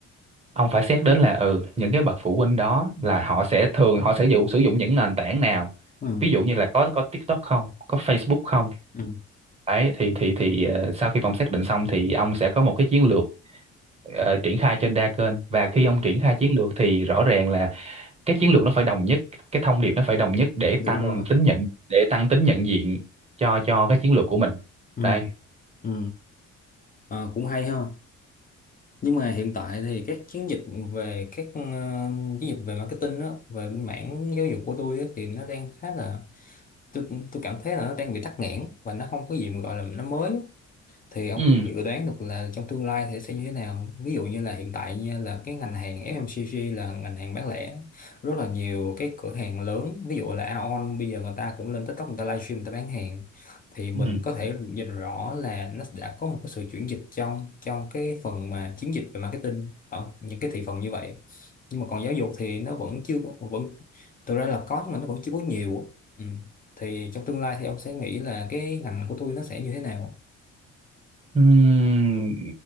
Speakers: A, on the right (about 20°); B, on the left (about 30°).
A: ông phải xét đến là ừ những cái bậc phụ huynh đó là họ sẽ thường họ sẽ dụ sử dụng những nền tảng nào
B: ừ
A: ví dụ như là có có TikTok không có Facebook không
B: ừ
A: đấy thì thì thì ờ, sau khi ông xác định xong thì ông sẽ có một cái chiến lược ờ, triển khai trên đa kênh và khi
B: ừ.
A: ông triển khai chiến lược thì rõ ràng là cái chiến lược nó phải đồng nhất cái thông điệp nó phải đồng nhất để
B: đúng
A: tăng
B: rồi
A: tính nhận để tăng tính nhận diện cho cho cái chiến lược của mình
B: ừ
A: đây
B: ừ Ờ, cũng hay ha nhưng mà hiện tại thì các chiến dịch về các ờ, chiến dịch về marketing đó về bên mảng giáo dục của tôi á, thì nó đang khá là tôi tôi cảm thấy là nó đang bị tắc nghẽn và nó không có gì mà gọi là nó mới thì ông
A: ừ.
B: có dự đoán được là trong tương lai thì sẽ như thế nào không? ví dụ như là hiện tại nha là cái ngành hàng FMCG là ngành hàng bán lẻ rất là nhiều cái cửa hàng lớn ví dụ là Aeon bây giờ người ta cũng lên TikTok người ta livestream người ta bán hàng thì mình
A: Ừ.
B: có thể nhìn rõ là nó đã có một cái sự chuyển dịch trong trong cái phần mà chiến dịch về marketing ở những cái thị phần như vậy nhưng mà còn giáo dục thì nó vẫn chưa có- vẫn thực ra là có nhưng mà nó vẫn chưa có nhiều ừ. thì trong tương lai thì ông sẽ nghĩ là cái ngành của tôi nó sẽ như thế nào
A: Ừm,